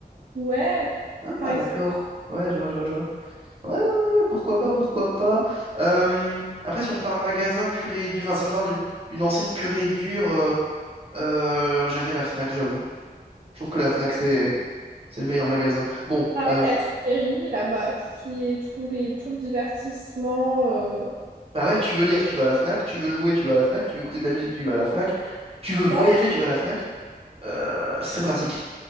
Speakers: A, on the right; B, on the right.
A: ouais,
B: Ah,
A: par exemple.
B: d'accord. Ouais, je vois, je vois, je vois. Ouais, ouais, ouais, pourquoi pas, pourquoi pas. Euh, après, si on parle magasin pur et dur, enfin, si on parle du- d'une enseigne pure et dure, euh, euh, j'aime bien la Fnac, j'avoue. Je trouve que la Fnac, c'est, c'est le meilleur magasin. Bon,
A: En
B: euh,
A: fait, il y a tout les est là-bas, toutes les, tous les, tout le divertissement. euh,
B: bah ouais, tu veux lire, tu vas à la Fnac, tu veux jouer, tu vas à la Fnac, tu veux écouter de la musique, tu vas à la Fnac, tu veux voyager,
A: Bah, je-
B: tu vas à la Fnac. Euh, c'est très pratique.